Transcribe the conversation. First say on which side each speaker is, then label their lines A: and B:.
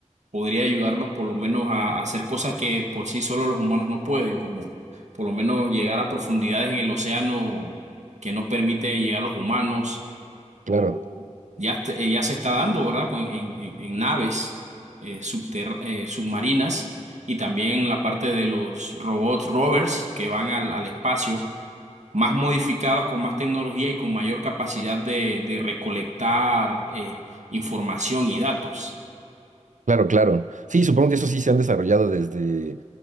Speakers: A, on the right (about 65°); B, on the right (about 80°).
A: podría ayudarnos por lo menos a, a hacer cosas que por sí solo los humanos no pueden, como por lo menos llegar a profundidades en el océano que no permiten llegar los humanos,
B: claro.
A: o ya, te- eh, ya se está dando, ¿verdad? Con- En, en- en naves eh, subterr- eh, submarinas y también la parte de los robots rovers que van al al espacio más modificados, con más tecnología y con mayor capacidad de, de recolectar eh, información y datos.
B: Claro, claro. Sí, supongo que eso sí se han desarrollado desde,